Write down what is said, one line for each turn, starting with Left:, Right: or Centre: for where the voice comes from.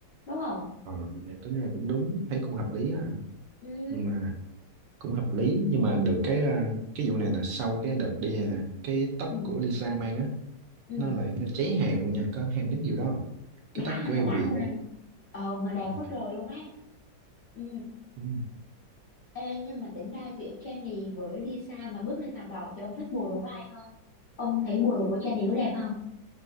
Left: đúng không
Right: ờ, vậy có là cũng đúng thấy cũng hợp lý á
Left: ừ
Right: nhưng mà cũng hợp lý nhưng mà được cái à, cái vụ này nè sau cái đợt đi này nè cái tất
Left: ừ
Right: của Lisa mang á
Left: ừ
Right: nó lại cháy hàng luôn nha có em biết vụ đó không
Left: đã
Right: cái tất
Left: ha
Right: của LV
Left: đã ha
Right: á
Left: ờ mà đẹp
Right: Ừ.
Left: quá trời luôn ấy ừ
Right: Ừ.
Left: Ê, nhưng mà tính ra giữa Jennie với Lisa mà bước lên thảm đỏ thì ông thích bộ đồ của ai hơn? Ông thấy bộ đồ của Jennie có đẹp không?